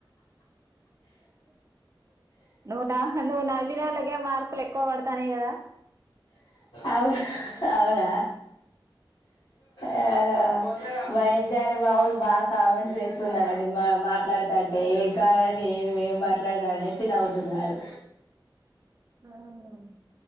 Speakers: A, on the right; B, on the left.
A: నువ్ నః నువ్వు నవ్వినొలకే మార్కులు ఎక్కువ పడతాన్నాయి కదా.
B: అవ్ అవునా ఆ బైట్ జాల్ మావోల్లు బాగ్ ఖాల్ చేస్తున్నరండి మా మాట్ మాట్లాడతంటే ఏం కాలాండి ఏ మేం మాట్లాడతానేసి నవుతున్నారు.
A: ఆహా